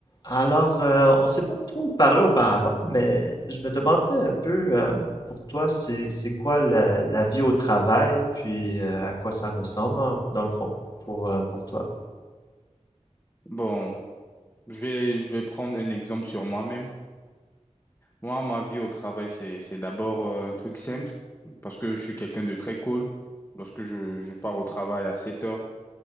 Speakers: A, on the left (about 35°); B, on the left (about 20°).
A: Alors, euh, on s'est pas trop parlé auparavant, mais je me demandais un peu, euh, pour toi, c'est c'est quoi la, la vie au travail, puis euh, à quoi ça ressemble hein, dans le fond pour euh, pour toi.
B: Bon, je vais, je vais prendre un exemple sur moi-même. Moi, ma vie au travail, c'est, c'est d'abord euh, un truc simple, parce que je suis quelqu'un de très cool. Lorsque je, je pars au travail à 7 heures,